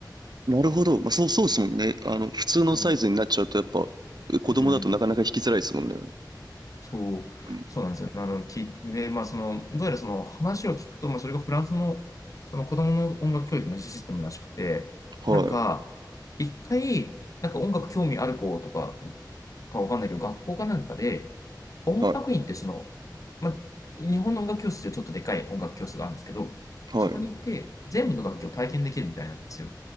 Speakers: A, on the right; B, on the left.
A: なるほど。まあ、そう、そうですもんね。あの、普通のサイズになっちゃうと、
B: うん。
A: やっぱ、子供だとなかなか引きづらいですもんね。
B: うん。そう。
A: うん。
B: そうなんですよ。あの、き、で、まあ、その、どうやらその話を聞くと、まあ、それがフランスの、その子供の音楽教育のシステムらしくて、
A: はい。
B: なんか、一回、なんか音楽興味ある子とかかわかんないけど、学校かなんかで、音楽院ってその、
A: はい。
B: ま、日本の音楽教室でちょっとでかい音楽教室があるんですけど、
A: はい。
B: そこに行って全部の楽器を体験できるみたいなんですよ。